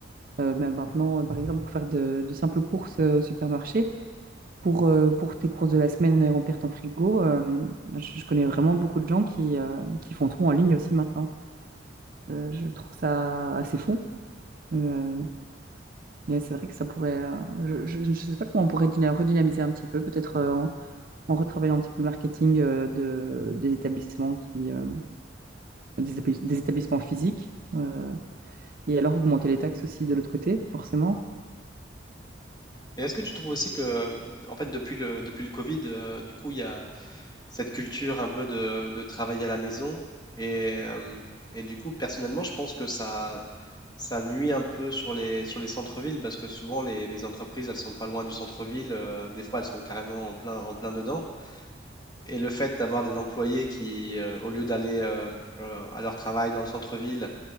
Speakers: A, on the right; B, on the left.
A: Euh, même maintenant, euh, par exemple, pour faire de, de simples courses euh, au supermarché, pour, euh, pour tes courses de la semaine et remplir ton frigo, euh, je, je connais vraiment beaucoup de gens qui, euh, qui font tout en ligne aussi maintenant. Euh, je trouve ça assez fou. Euh, mais c'est vrai que ça pourrait. euh, je ne sais pas comment on pourrait dyna- redynamiser un petit peu, peut-être euh, en, en retravaillant un petit peu le marketing euh, de, des établissements qui, euh, des, établis- des établissements physiques. euh, et alors augmenter les taxes aussi de l'autre côté, forcément.
B: Et est-ce que tu trouves aussi que, en fait, depuis le, depuis le Covid, euh, du coup, il y a cette culture un peu de, de travailler à la maison. Et, euh, et du coup, personnellement, je pense que ça, ça nuit un peu sur les, sur les centres-villes parce que souvent, les, les entreprises, elles sont pas loin du centre-ville. euh, des fois, elles sont carrément en plein, en plein dedans. Et le fait d'avoir des employés qui, euh, au lieu d'aller euh, euh, à leur travail dans le centre-ville,